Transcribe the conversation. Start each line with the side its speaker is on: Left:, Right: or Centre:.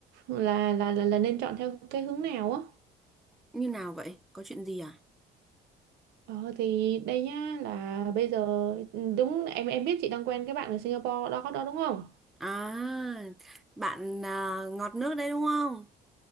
Right: là là là, là nên chọn theo cái hướng nào á.
Centre: Như nào vậy? Có chuyện gì à?
Right: Ờ thì đây nhá là bây giờ ừ, đúng em em biết chị đang quen cái bạn ở Singapore đó đó đúng không?
Centre: À, bạn à, ngọt nước đấy đúng không?